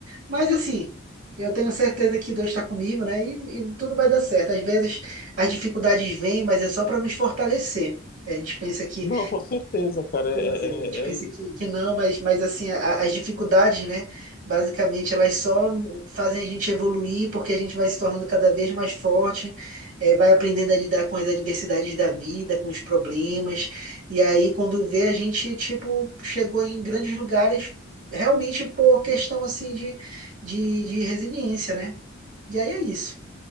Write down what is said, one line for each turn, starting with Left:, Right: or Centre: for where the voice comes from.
Right: Mas assim, eu tenho certeza que Deus está comigo, né? E, e tudo vai dar certo. Às vezes as dificuldades vêm, mas é só para nos fortalecer. A gente pensa que
Left: Não, com certeza, cara.
Right: Pois
Left: É,
Right: é,
Left: é,
Right: a gente pensa
Left: é isso.
Right: que, que não, mas, mas
Left: Mas-
Right: assim, a- as dificuldades, né, basicamente, elas só fazem a gente evoluir porque a gente vai se tornando cada vez mais forte, eh, vai aprendendo a lidar com as adversidades da vida, com os problemas, e aí quando vê, a gente, tipo, chegou em grandes lugares realmente por questão, assim, de, de, de resiliência, né? E aí é isso.